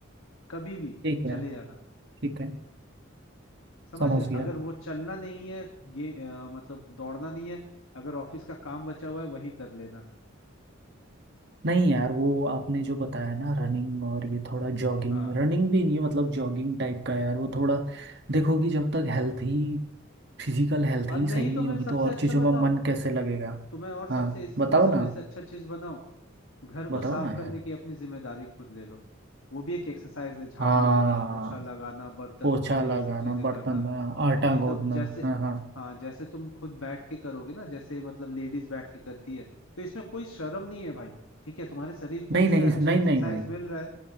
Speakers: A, on the left (about 80°); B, on the right (about 55°).
A: कभी भी
B: ठीक
A: चले
B: है
A: जाना
B: ठीक है
A: समझ
B: समझ
A: गए
B: गया
A: अगर वो चलना नहीं है गे अ, मतलब दौड़ना नहीं है अगर ऑफिस का काम बचा हुआ है वही कर लेना
B: नहीं यार वो आपने जो बताया ना रनिंग और ये थोड़ा जॉगिंग
A: हाँ
B: रनिंग भी नहीं है मतलब जॉगिंग टाइप का यार वो थोड़ा देखो कि जब तक हेल्थ ही फिजिकल हेल्थ
A: और
B: ही
A: नहीं
B: सही
A: तो
B: नहीं
A: मैं
B: होगी
A: सबसे
B: तो और
A: अच्छा
B: चीज़ों
A: बताऊं
B: में मन कैसे लगेगा
A: तुम्हें और सबसे
B: हाँ
A: इस-
B: बताओ
A: इन सब में
B: ना
A: से अच्छा चीज बनाओ घर को
B: बताओ
A: साफ
B: ना यार
A: करने की अपनी जिम्मेदारी खुद ले लो वो भी एक एक्सरसाइज है झाड़ू
B: हाँ
A: देना पोछा लगाना बर्तन
B: पोछा
A: धोना ये
B: लगाना
A: सब चीजें
B: बर्तन
A: करना
B: धोना, आटा
A: ये
B: गोदना
A: तो जैसे
B: हाँ हाँ
A: हाँ जैसे तुम खुद बैठ के करोगे ना जैसे मतलब लेडीज बैठ के करती है तो इसमें कोई शर्म नहीं है भाई ठीक है तुम्हारे शरीर को
B: नहीं
A: उससे
B: नहीं
A: अच्छा
B: नहीं
A: एक्सरसाइज
B: नहीं भाई
A: मिल रहा है